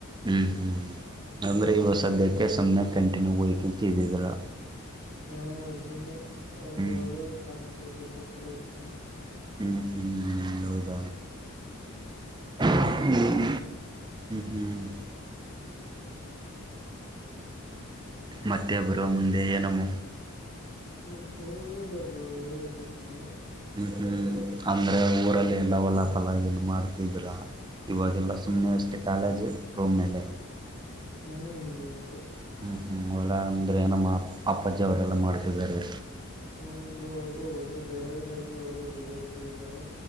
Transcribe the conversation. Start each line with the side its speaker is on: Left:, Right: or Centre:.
Right: ಹ್ಮ್ ಹ್ಮ್ ಅಂದ್ರೆ ಇವಾಗ ಸದ್ಯಕ್ಕೆ ಸುಮ್ಮರ್ ಕ್ಯಾಂಟಿನ್ ಹೋಗ್ ತಿಂತಿದ್ದಿದ್ರಾ
Left: ಹಾ ಸುಮ್ನೆ ಯಾವ್ದ್
Right: ಹ್ಞೂ
Left: ಯಾವ್ದಾದ್ರು ಕಾಂಪಿಟೇಟಿವ್ ಬರದ್ರೆ ಐತು ಅಂತ.
Right: ಹ್ಮ್ ಹ್ಮ್ ಹ್ಮ್ ಹೌದ ಹ್ಮ್ ಹ್ಮ್ ಮತ್ತೆ ಬ್ರೋ ಮುಂದೆ ಏನಮ್
Left: ಮತ್ತೆ ಏನಿಲ್ಲ ಬ್ರೋ ಹೇಳಬೇಕು ನೀವೆ
Right: ಹ್ಮ್ ಹ್ಮ್ ಅಂದ್ರೆ ಊರಲ್ಲಿ ಹೊಲಫಲ ಏನು ಮಾಡ್ತಿದ್ರ ಇವಾಗೆಲ್ಲ ಸುಮ್ಮನೇ ಅಷ್ಟೇ ಕಾಲೇಜು ರೂಮ್ ಮೇಲೆ
Left: ಹ್ಮ್ ವಷ್ಟೆ
Right: ಹ್ಮ್ ಹ್ಮ್ ಹೊಲ ಅಂದರೆ ನಮ್ಮ ಅಪ್ಪಾಜ್ಜಿ ಅವರೆಲ್ಲ ಮಾಡ್ತಿದ್ದಾರೆ.
Left: ಹ್ಮ್ ಬ್ರೋ ಅದು ಬೇರೆ ಅವರಿಗೆ ಹಾಕಿ ಅವ್ರು ದುಡ್ಯರ್ ಕ್ಕೂ ಇದ್ದಾರೆ.